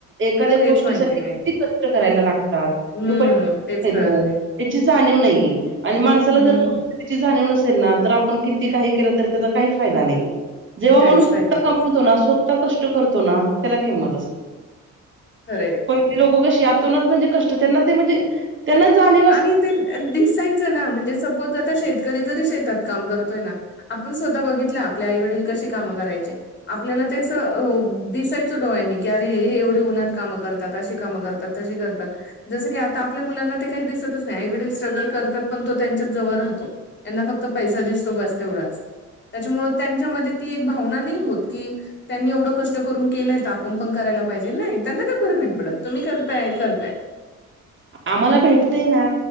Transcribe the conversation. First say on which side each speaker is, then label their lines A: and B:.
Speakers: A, on the right; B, on the left.
A: एखाद्या गोष्टीसाठी
B: तेच माहिती
A: किती
B: नाही.
A: कष्ट करायला लागतात.
B: हं,
A: तो पैेसा कसा
B: तेच
A: येतो?
B: कळत नाही.
A: त्याची जाणीव नाही आणि माणसाला
B: हं,
A: जर परिस्थितीची ती जाणीव नसेल ना तर आपण किती काही केलं तरी त्याचा काही फायदा नाही. जेव्हा
B: काहीच
A: माणूस स्वः
B: फायदा होत
A: कमवतो ना स्वतः कष्ट करतो ना त्याला किंमत असते.
B: खर आहे.
A: पहिली लोकं कशी आतोनात म्हणजे कष्ट त्यांना ते म्हणजे. त्यांना जाणे
B: आणि ते दिसायचं ना म्हणजे सपोज आता शेतकरी जरी शेतात काम करतोय ना. आपण स्वतः बघितलंय आपल्या आई वडील कशी कामं करायचे? आपल्याला ते दिसायचं डोळ्यांनी की अरे एवढे उन्हात कामं करतात, अशी कामं करतात. जसं करतात जस क आता आपल्या मुलांना ते काही दिसतच नाही आई वडील स्ट्रगल करतात पण तो त्यांच्याच जवळ राहतो. यांना फक्त पैसा दिसतो बस तेवढाच. त्याच्यामुळं त्यांच्यामध्ये ती एक भावना नाही होत की. त्यांनी एवढं कष्ट करून केलंय आपण पण करायला पाहिजे नाही त्यांना काय फरक नाहीत पडत तुम्ही करताय करताय?
A: आम्हाला भेटतेय ना